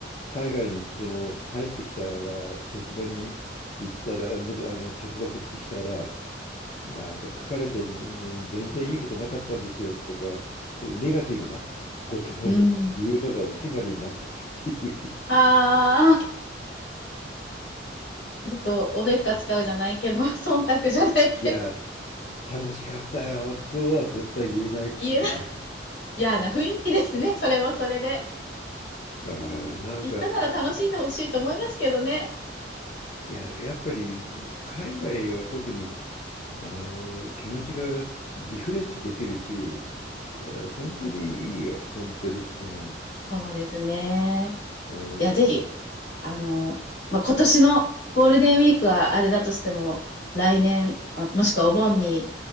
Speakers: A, on the left (about 35°); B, on the left (about 65°).
A: 海外に行っても帰ってきたら職場に行ったらもどあの職場復帰したらなんか疲れてうん全然いいことなかったんですよとか、ネガティブなことを言うのがお決まりになってるっていう、
B: う。うん。ああ、ちょっと、おべっか使うじゃないけど、
A: なんか、い
B: <laughs> 忖度じゃないけど、
A: や、楽しかったよとは絶対言えないっていう、
B: 言えない。嫌な雰囲気ですね、それはそれで。
A: あーなんか、
B: うん。言ったなら楽しんでほしいと思いますけどね。
A: いや、やっぱり海外は特にあの気持ちがリフレッシュできるし、いや、本当にいいよ、本当に。うん、
B: そうですね。
A: うん
B: いや、ぜひ、あの、まあ、今年のゴールデンウィークはあれだとしても、来年、まもしくはお盆に、